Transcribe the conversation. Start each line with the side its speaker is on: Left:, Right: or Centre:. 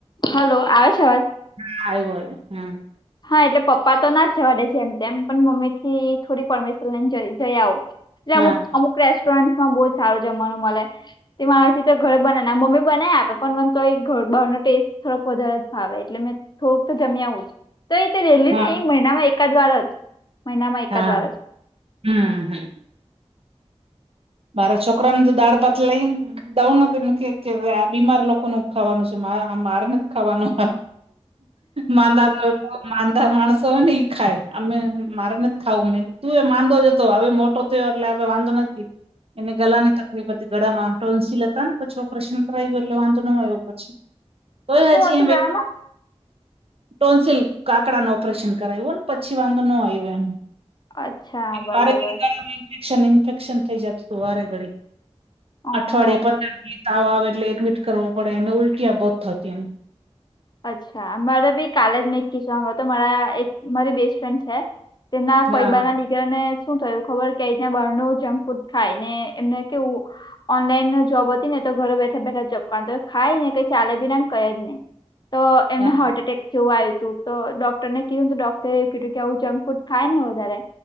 Left: હલો આવે છે અવાજ.
Right: હા આઈબો હમ.
Left: હા એટલે પપ્પા તો ના જવા દે જેમ તેમ પણ મમ્મી થી થોડી પરમિશન લઈને જઈ આવ. એટલે
Right: હા
Left: અમુક અમુક રેસ્ટોરન્ટમાં બહુ જ સારું જમવાનું મળે. તે મારાથી તો ઘર બનાવ મમ્મી બનાવી આપે પણ મને તો એ ઘ બહારનો ટેસ્ટ થોડોક વધારે ભાવે એટલે મે થોડુંક તો જમ્યા આવું જ તો એ રેલી
Right: હા હા
Left: ને એ મહિનામાં એકાદ વાર જ મહિનામાં એકાદ
Right: હા
Left: વાર જ.
Right: હમ હમ મારો છોકરન તો દાળભાત લઈ ને દઉં ન એ કે કે આ બીમાર લોકોનું ખાવાનું છે મારે આ મારે નથી ખાવાનું. માંદા <inaudible> માંદા માણસો હોય ને ઈ ખાય. અમે મારે નથ ખાવું મે તું એ માંદો જ હતો હવે મોટો થયો એટલે હવે વાંધો નથી. એને ગલાની તકલીફ હતી ગળામાં ટોન્સીલ હતા ને પછી ઓપરેશન કરાવ ગયું એટલે વાંધો ન આવ્યો પછી. તોએ
Left: શું
Right: હછી
Left: હતું
Right: એ બે.
Left: ગળામાં
Right: ટોન્સીલ કાકડા નુ ઓપરેશન કરાવ હોને પછી વાંધો ન આવ્યો એમ.
Left: અચ્છા બરાબર
Right: મારે <inaudible> ઇન્ફેક્શન ઇન્ફેક્શન થઈ જતું હતું વારે ઘડી
Left: અમ
Right: અઠવાડિયે પંદર દિવસ તાવ આવે એટલે એડમિટ કરવો પડે એ અને ઉલટિયા બહુ થતી ને એમ.
Left: અચ્છા મારે બી કાલે જ મેં એક કિસ્સો હાંભળ્યો તો મારા એક મારી બેસ્ટ ફ્રેન્ડ છે. તેના ફઇબાના
Right: હા
Left: દિક તે અને શું થયું ખબર કે અહીંનું બરનું જંક ફૂડ ખાય ને એમને કેવું ઓનલાઈન જોબ હતી ને તો ઘરે બેઠા બેઠા જોબ કર ખાય ને કઈ ચાલે બી નાને કઈ જ નઈ. તો એમને
Right: હા
Left: હાર્ટ એટેક જેવું આયુ તું તો ડોક્ટરને કીધું ને તો ડોક્ટરે એ કીધું કે આવું જંક ફૂડ ખાય ને વધારે